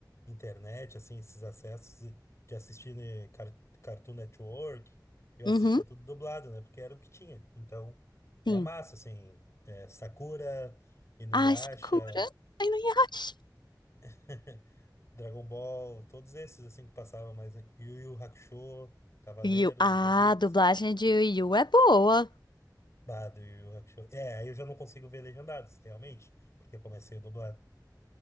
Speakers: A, on the left; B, on the left.
A: eh, internet, assim, esses acessos de assistir né, Car- Cartoon Network, eu
B: Uhum,
A: assistia tudo dublado, né? Porque era o que tinha. Então, é
B: sim.
A: massa, assim, é, Sakura, Inuyasha,
B: Ai, Sakura, ai, não acho.
A: <laughs> Dragon Ball, todos esses, assim, que passavam mais. né? Yu Yu Hakusho, Cavaleiros,
B: Yu. Ah,
A: Zodíacos.
B: a dublagem de Yu é boa.
A: Bah, do Yu Yu Hakusho. É, aí eu já não consigo ver legendados, realmente, porque eu comecei o dublado.